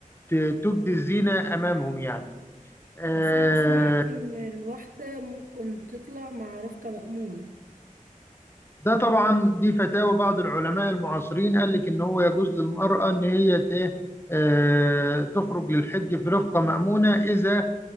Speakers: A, on the left (about 15°); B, on the right (about 80°).
A: ت- تبدي الزينة أمامهم يعني آه،
B: بس أنا سمعت إن الواحدة ممكن تطلع مع رفقة مأمونة
A: ده طبعا دي فتاوى بعض العلماء المعاصرين قال لك إن هو يجوز للمرأة إن هي ت- إيه آه، تخرج للحج في رفقة مأمونة إذا